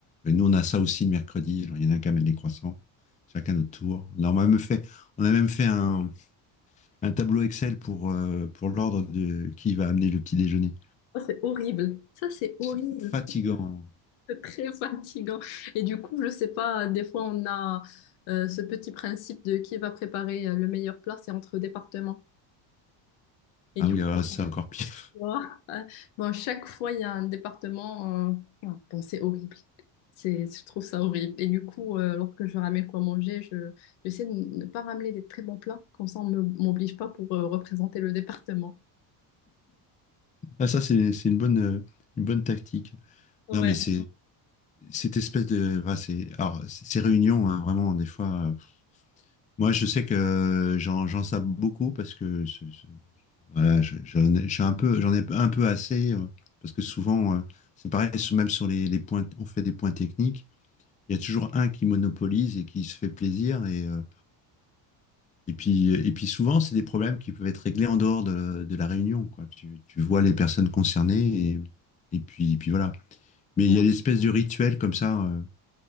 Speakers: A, on the left; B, on the left.
A: Et nous, on a ça aussi le mercredi. Genre, il y en a un qui amène des croissants, chacun notre tour. Alors, On a même fait, on a même fait un, un tableau Excel pour, euh, pour l'ordre de qui va amener le petit déjeuner.
B: Ça, c'est horrible. Ça, c'est horrible.
A: C'est fatigant.
B: C'est très <laughs> fatigant. Et du coup, je sais pas, des fois, on a euh, ce petit principe de qui va préparer euh, le meilleur plat, c'est entre départements. Et
A: Ah
B: du
A: oui,
B: coup,
A: alors là, c'est encore pire.
B: Moi,
A: <laughs>
B: <laughs> Bon, à chaque fois, il y a un département. euh, ah, Bon, c'est horrible. C'est, je trouve ça horrible. Et du coup, euh, lorsque je ramène quoi manger, je, j'essaie de ne pas ramener des très bons plats. Comme ça, on ne m'oblige pas pour euh, représenter le département.
A: Ah, ça, c'est c'est une bonne, euh, une bonne tactique.
B: Ouais.
A: Non, mais c'est cette espèce de. enfin, c'est, alors, ces réunions, hein, vraiment, des fois. Moi, je sais que j'en j'en sape beaucoup parce que je, je- voilà, je, j'en ai- je suis un peu, j'en ai un peu assez euh, parce que souvent, euh, c'est pareil, sou- même sur les, les points, on fait des points techniques, il y a toujours un qui monopolise et qui se fait plaisir et euh, et puis et puis souvent, c'est des problèmes qui peuvent être réglés en dehors de, de la réunion, quoi. Tu, tu vois les personnes concernées et et puis et puis voilà. Mais
B: Ouais,
A: il y a l'espèce de rituel comme ça, euh,